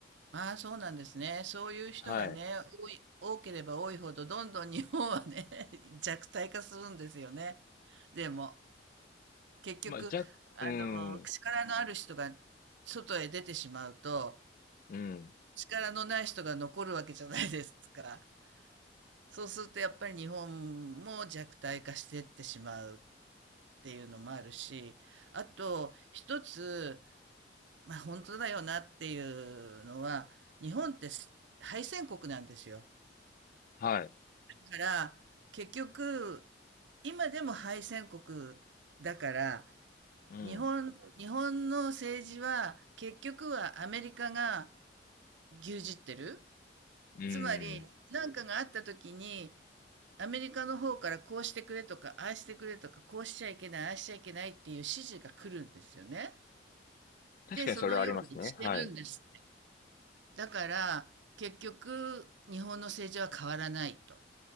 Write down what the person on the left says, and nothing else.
はい。
まあ、じゃ、
うん、
うん、
はい、
うん、
うん。
確かにそれはありますね。
はい、